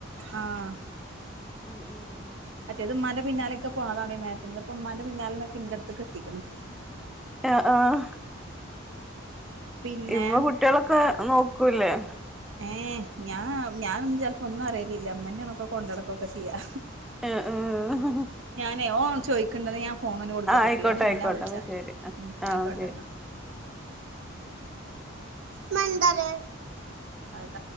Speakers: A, on the right; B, in the centre.
A: ആഹ്
B: ഉം -ഉം
A: മറ്റേത് ഉമ്മാന്റെ പിന്നാലൊക്കെ പോണതാണ് ഈ നേരത്തന്ന് ഇപ്പ ഉമ്മാന്റെ പിന്നാലന്നോക്ക് എന്റടുത്തേക്ക് എത്തിക്കണം
B: ആഹ് -ആഹ്
A: പിന്നെ
B: ഇമ്മ കുട്ടികളൊക്കെ നോക്കൂല്ലേ
A: ഏഹ് ഞാ ഞാനൊന്നും ചെലപ്പോ ഒന്നും അറിയലില്ല ഉമ്മന്നയാണൊക്കെ കൊണ്ടടക്കൊക്കെ ചെയ്യാ
B: ആഹ്- ആഹ്
A: നെ ഓൻ ചോദിക്കേണ്ടത് ഞാൻ ഫോണവന് കൊടുക്കട്ടിട്ടില്ലേ
B: ആഹ് ആയിക്കോട്ടെ
A: ഞാൻ പിന്നെ
B: ആയിക്കോട്ടെ
A: വിളിച്ചാ
B: എന്നാ ശരി ആഹ്
A: ആയിക്കോട്ടന്നാ
B: ശരി
A: ഇമ്മന്താത് അട